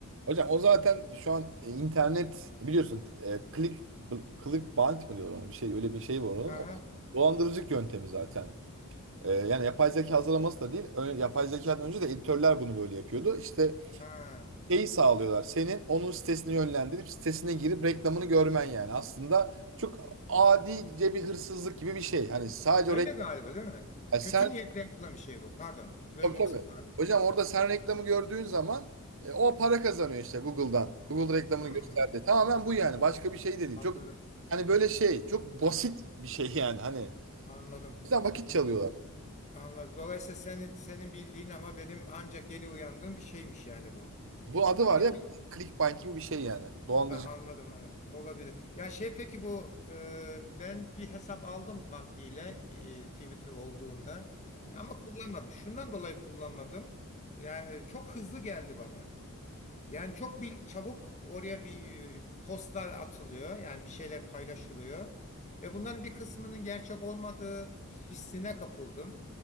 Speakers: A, on the right; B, on the left.
A: hocam o zaten şu an e, internet biliyorsun e, click bl- clickbait mı diyorlar ona bir şey öyle bir şey var onun.
B: Aha,
A: O, dolandırıcılık yöntemi zaten. E, yani yapay zeka hazırlaması da değil. ö- yapay zekadan önce de editörler bunu böyle yapıyordu. İşte
B: ha.
A: şeyi sağlıyorlar. Senin onun sitesini yönlendirip sitesine girip reklamını görmen yani. Aslında çok adice bir hırsızlık gibi bir şey. Hani sadece
B: Öyle
A: o reklam.
B: galiba değil mi?
A: yani
B: Kötü
A: sen
B: niyetle yapılan bir şey bu. Pardon. Böldüm
A: tabii tabii.
B: seni. Pardon.
A: Hocam orada sen reklamı gördüğün zaman e, o para kazanıyor işte Google'dan. Google reklamını
B: Hmm,
A: gösterdi. Tamamen bu yani. Başka bir şey de değil.
B: anladım.
A: Çok hani böyle şey çok basit bir şey yani. Hani
B: Anladım.
A: bizden vakit çalıyorlar.
B: Dolay- Anladım. Dolayısıyla senin, senin bildiğin ama benim ancak yeni uyandığım bir şeymiş yani bu.
A: Bunun adı var
B: Peki
A: ya clickbait gibi bir şey yani. Dolandırıcı.
B: Ha, anladım anladım. Olabilir. Ya şey peki bu e, ben bir hesap aldım vaktiyle e, Twitter olduğunda Ya ama kullanmadım. Şundan dolayı kullanmadım. Yani çok hızlı geldi bana. Yani çok bir çabuk oraya bir e, postlar atılıyor. Yani bir şeyler paylaşılıyor. Ve bunların bir kısmının gerçek olmadığı hissine kapıldım.